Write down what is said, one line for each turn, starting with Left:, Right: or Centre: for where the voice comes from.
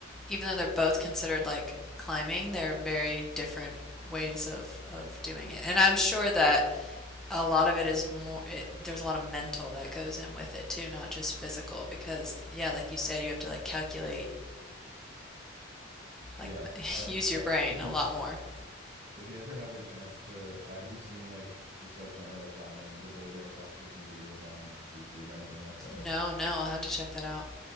Centre: even though they're both considered like climbing, they're very different ways of of doing it. And I'm sure that a lot of it is more it, there's a lot of mental that goes in with it too, not just physical because yeah, like you said, you have to like calculate, like
Right: Yeah,
Centre: <laughs>
Right: I
Centre: use your
Right: I'll,
Centre: brain
Right: if
Centre: a
Right: you
Centre: lot more.
Right: if you ever have the chance to, uh, have you seen like just like general climbing or bouldering competition videos on YouTube or anything like that?
Centre: No, no, I'll have to check that out.